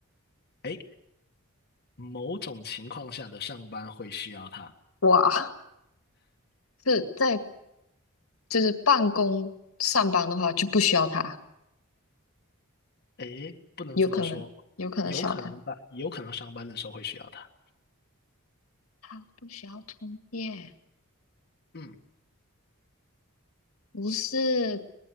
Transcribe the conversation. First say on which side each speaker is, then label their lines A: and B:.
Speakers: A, on the left; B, on the left.
A: 诶，某种情况下的上班会需要它。
B: 哇，是在就是办公上班的话就不需要他，
A: 诶，不能这么说，
B: 有可能有可能需要他。
A: 有可能吧，有可能上班的时候会需要它。
B: 他不需要充电，
A: 嗯，
B: 不是